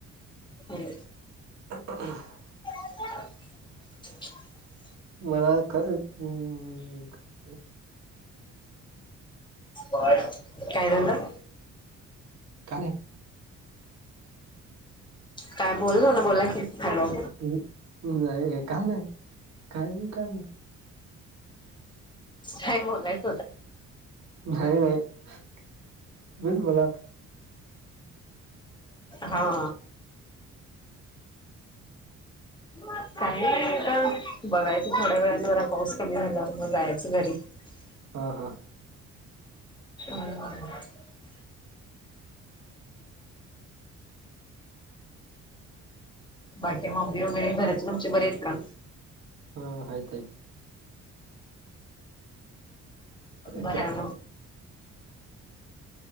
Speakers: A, on the left; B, on the right.
A: ह.
B: <unintelligible>
A: <unintelligible>
B: मला खरं अम अम.
A: काय झालं.
B: का नाही?
A: काय बोल ना बोला की. हॅलो
B: नाही का नाही काय मी काय मग.
A: काय बोलायच
B: नाही नाही तुहीच बला
A: हा. काय नाही <unintelligible>
B: हा हा.
A: <unintelligible> बाकी माम्मी वमेर घराचे तुमचे बरे आहेत का?
B: हा हायत हायत. आहेत
A: बरा.